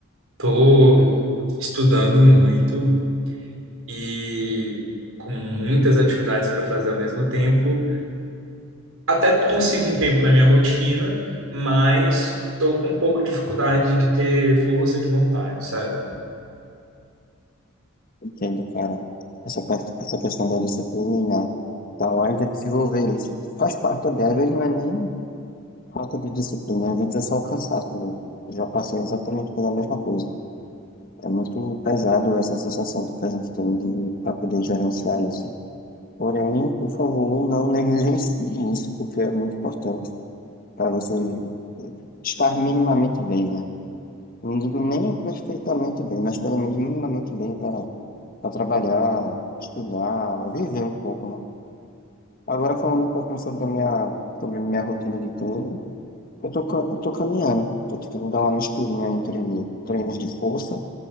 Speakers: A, on the right (about 85°); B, on the left (about 45°).
A: tô estudando muito. e com muitas atividades para fazer ao mesmo tempo. Até consigo um tempo na minha rotina, mas estou com um pouco de dificuldade de ter força de vontade, sabe?
B: Entendo, cara. Essa, parte- essa questão da disciplina, tal, ainda desenvolver isso faz parte também. Às vezes não é nem falta de disciplina, às vezes é só o cansaço mesmo. Eu já passei exatamente pela mesma coisa. É muito pesado essa sensação que a gente tem de para poder gerenciar isso. Porém, por favor, não negligencie isso, porque é muito importante para você estar minimamente bem, né? Não digo nem perfeitamente bem, mas pelo menos minimamente bem para trabalhar, estudar, viver um pouco, né? Agora falando um pouquinho sobre a minha, sobre a minha rotina de treino, eu tô, ca- eu tô caminhando, tô tentando dar uma misturinha entre treinos de força